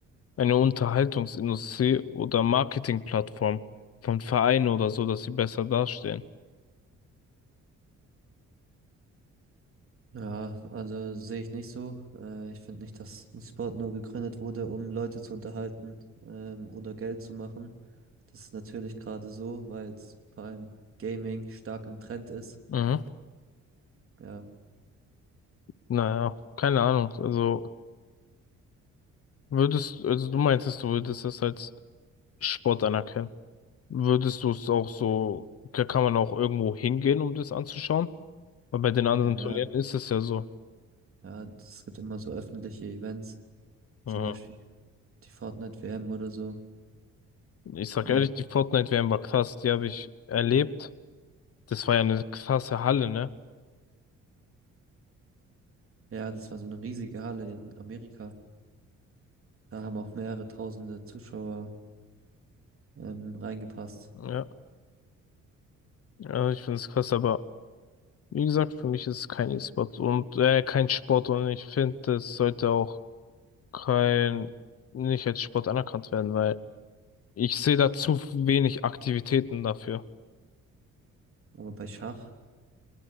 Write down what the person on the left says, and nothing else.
eine Unterhaltungsindustrie oder Marketingplattform von Vereinen oder so, dass sie besser dastehen.
Mhm.
Naja, keine Ahnung. Also würdest, also du meintest, du würdest es als Sport anerkennen. Würdest du es auch so, da kann man auch irgendwo hingehen, um das anzuschauen? Weil bei den anderen
Turnieren ist es ja so.
Mhm.
Ich sag
ehrlich, die Fortnite-WM war krass, die habe ich erlebt. Das war ja eine krasse Halle, ne?
Ja, ja, ich finde es krass, aber wie gesagt, für mich ist es kein E-Sport und äh, kein Sport und ich finde, das sollte auch kein, nicht als Sport anerkannt werden, weil ich sehe da zu wenig Aktivitäten dafür.